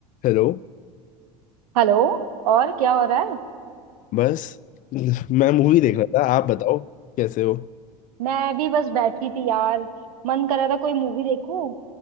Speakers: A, on the left; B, on the right.
A: हेलो
B: हेलो और क्या हो रहा है
A: बस मैं मूवी देख रहा था आप बताओ कैसे हो
B: मैं भी बस बैठी थी यार मन कर रहा था कोई मूवी देखूं